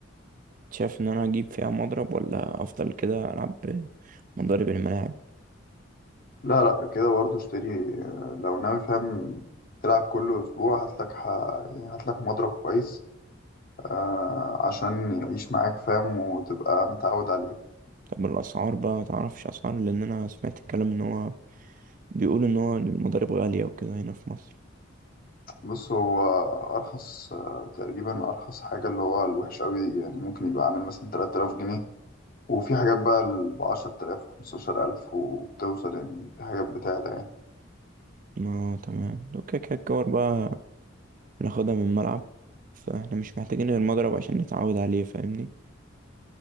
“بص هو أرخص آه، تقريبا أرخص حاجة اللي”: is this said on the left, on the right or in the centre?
Left